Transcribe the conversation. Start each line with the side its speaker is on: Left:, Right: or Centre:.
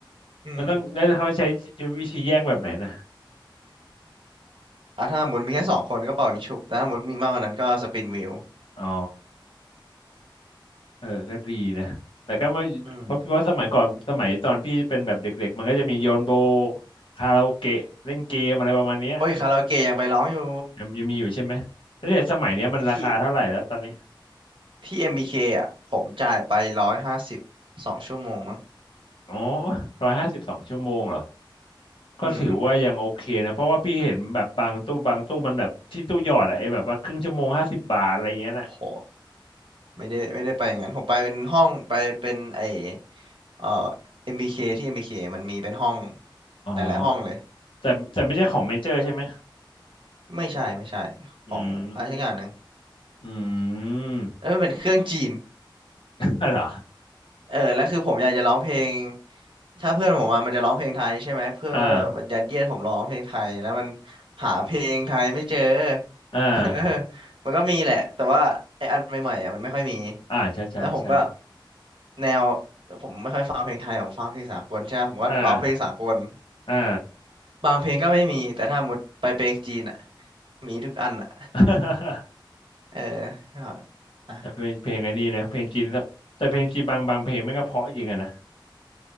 Right: อืม
Left: มันต้องแล้วเขาใช้วิธีแย่งแบบไหนนะ
Right: อ่ะถ้าหมุนมีแค่สองคนก็เป่ายิงฉุบแต่ถ้าหมุนมีมากกว่านั้นก็สปินวิว
Left: อ๋อ เออก็ดีนะ แต่ก็ไม่เพราะเพราะสมัยก่อนสมัยตอนพี่เป็นแบบเด็กๆมันก็จะมีโยนโบ
Right: อืม
Left: คาราโอเกะเล่นเกมอะไรประมาณเนี้ย
Right: โอ้ยคาราโอเกะยังไปร้องอยู่
Left: ยังยังมีอยู่ใช่ไหมแล้วเดี๋ยวสมัยเนี้ยมันราคาเท่าไหร่แล้วตอนนี้
Right: ที่ที่ MBK อมบีเคอ่ะผมจ่ายไปร้อยห้าสิบสองชั่วโมงมั้ง
Left: อ๋อร้อยห้าสิบสองชั่วโมงเหรอก็ถือว่ายังโอเคนะเพราะว่าพี่เห็นแบบบางตู้บางตู้มันแบบที่ตู้หยอดอะไอ้แบบว่าครึ่งชั่วโมงห้าสิบบาทอะไรอย่างเงี้ยน่ะ
Right: อืมโห ไม่ได้ไม่ได้ไปอย่างนั้นผมไปเป็นห้องไปเป็นไอเอ่อเอ็มบีเคที่เอ็มบี b k มันมีเป็นห้อง
Left: อ๋อ
Right: หลายๆห้องเลย
Left: แต่แต่ไม่ใช่ของเมเจอร์ใช่ไหม
Right: ไม่ใช่ไม่ใช่ของอะไรสักอย่างหนึ่ง
Left: อืมอืม
Right: แล้วมันเป็นเครื่องจีน
Left: <laughs> อะไรเหรอ
Right: เออแล้วคือผมอยากจะร้องเพลงถ้าเพื่อนผมมามันจะร้องเพลงไทยใช่ไหมเพื่อนก็จะยัดเยียดผมร้องเพลงไทยแล้วมัน
Left: อ่า
Right: หาเพลงไทยไม่เจอ
Left: อ่า
Right: <laughs> เออมันก็มีแหละแต่ว่าไอ้อันใหม่ๆอ่ะมันไม่ค่อยมี
Left: อ่าใช่ใช่ใช่
Right: แล้วผมก็แนวผมไม่ค่อยฟังเพลงไทยผมฟังเพลงสากลใช่ไหมผมก็ร้องเพลงสากล
Left: อ่าอ่า
Right: บางเพลงก็ไม่มีแต่ถ้าหมดไปเพลงจีนอ่ะมีทุกอันอ่ะ
Left: <laughs>
Right: เออก็อ่ะ
Left: แต่เป็นเพลงไอ้นี่นะเพลงจีนแล้วแต่เพลงจีนบางบางเพลงมันก็เพราะจริงอะนะ